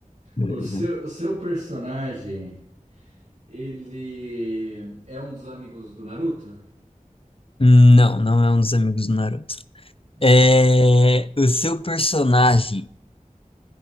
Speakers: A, on the left (about 40°); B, on the right (about 55°).
A: Beleza.
B: O seu, o seu personagem, ele é um dos amigos do Naruto?
A: Não, não é um dos amigos do Naruto.
B: Bem,
A: É, o seu personagem,